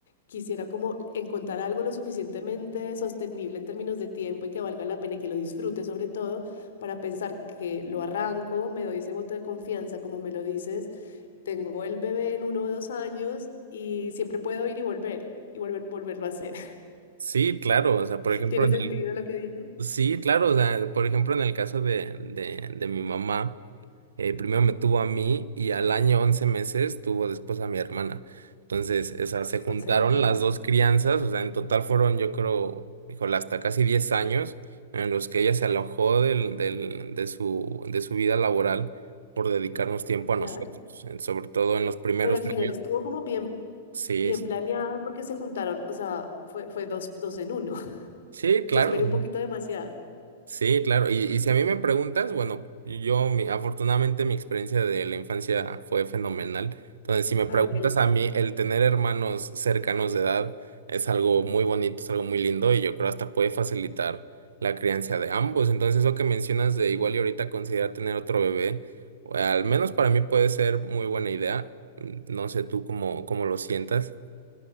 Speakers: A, on the left (about 70°); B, on the right (about 75°).
A: quisiera como encontrar algo lo suficientemente sostenible en términos de tiempo y que valga la pena y que lo disfrute sobre todo para pensar que lo arranco, me doy ese voto de confianza, como me lo dices, tengo el bebé en uno o dos años y siempre puedo ir y volver y volver, volverlo a hacer.
B: Sí, claro, o sea,
A: <laughs>
B: por ejemplo,
A: ¿Tiene
B: en
A: sentido
B: el...
A: lo que digo?
B: Sí, claro, o sea, por ejemplo, en el caso de, de, de mi mamá, eh, primero me tuvo a mí y al año 11 meses tuvo después a mi hermana. Entonces, o sea,
A: Súper
B: se juntaron
A: cerca,
B: las dos crianzas, o sea, en total fueron, yo creo, híjole, hasta casi 10 años en los que ella se alojó del, del, de su, de su vida laboral por dedicarnos tiempo a
A: claro.
B: nosotros, en- sobre todo en los primeros
A: pero al final
B: años.
A: estuvo como bien,
B: Sí,
A: bien
B: sí,
A: planeado porque se juntaron, o sea, fue, fue dos, dos en uno. <laughs>
B: Sí, claro,
A: Yo esperé un poquito demasiado.
B: sí, claro. Y, y si a mí me preguntas, bueno, yo mi- afortunadamente mi experiencia de la infancia fue fenomenal. Entonces, si me preguntas
A: Ay, qué lindo.
B: a mí, el tener hermanos cercanos de edad es algo muy bonito, es algo muy lindo y yo creo hasta puede facilitar la crianza de ambos. Entonces, eso que mencionas de igual y ahorita considerar tener otro bebé, o al menos para mí puede ser muy buena idea. Mm, No sé tú cómo, cómo lo sientas.